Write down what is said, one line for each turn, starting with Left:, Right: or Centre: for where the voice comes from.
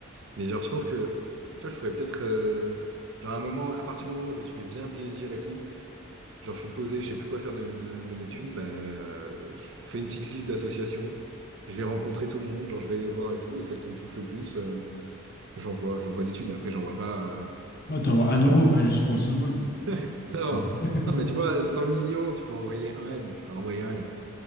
Right: Mais genre, je pense que, tu vois, je ferais peut-être, euh, genre, à un moment, à partir du moment où je me suis fait bien plaisir et tout, genre, je suis posé, je sais plus quoi faire de, de, de mes thunes, bah, je fais une petite liste d'associations. Je vais rencontrer tout le monde, genre, je vais les voir et tout, et celle qui me touche le plus. euh, J'envoie, j'envoie des thunes. Après, j'envoie pas, euh,
Left: Moi, t'envoies un
Right: j'envoie
Left: euro,
Right: pas
Left: quoi,
Right: de-
Left: juste pour le symbole, quoi.
Right: <laughs> Non,
Left: <laughs>
Right: non, mais tu vois, 100 millions, tu peux envoyer un M. Tu peux envoyer un M.